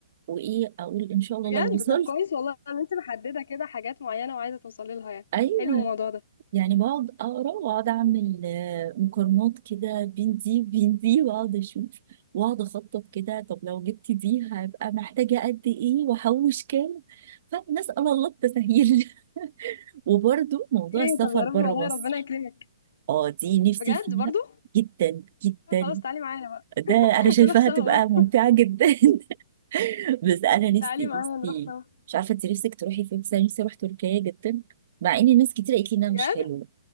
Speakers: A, on the right; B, on the left.
A: وايه اقول ان شاء الله
B: بجد
A: لو وصلت
B: طب كويس والله ان انت محدده كده حاجات معينه وعايزه توصلي لها
A: <laughs>
B: يعني
A: ايوه
B: حلو الموضوع ده
A: يعني بقعد اقرا واقعد اعمل آه، مقارنات كده بين دي وبين دي واقعد اشوف واقعد اخطط كده طب لو جبت دي هبقى محتاجه قد ايه واحوش كام فنسال الله التسهيل <laughs> وبرده موضوع
B: اوكي
A: السفر
B: طب يا رب
A: بره
B: والله
A: مصر
B: ربنا يكرمك
A: اه دي نفسي
B: بجد
A: فيها
B: برضو
A: جدا جدا
B: خلاص تعالي معايا بقى
A: ده انا شايفاها
B: <laughs> نروح سوا
A: تبقى
B: بقى
A: ممتعة جدا <laughs> بس انا نفسي
B: تعالي معايا
A: نفسي
B: نروح سوا
A: مش عارفة انت نفسك تروحي فين بس انا نفسي اروح تركيا جدا مع ان ناس كتير قالت لي انها
B: بجد
A: مش حلوة